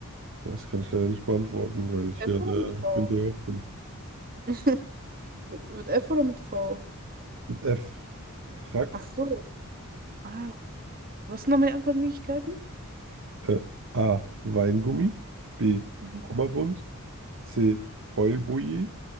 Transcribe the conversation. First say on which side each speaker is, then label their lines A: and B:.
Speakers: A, on the right; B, on the right.
A: Ja, das kann ich leider nicht beantworten, weil ich
B: F
A: ja der
B: oder mit V?
A: Günther Jauch bin.
B: <laughs> Mit, mit F oder mit V?
A: Mit F. Frackträger.
B: Ach so. Ah, was sind noch meine Antwortmöglichkeiten?
A: Äh, A. Weingummi. B.
B: Mhm.
A: Kummerbund. C. Heulboje.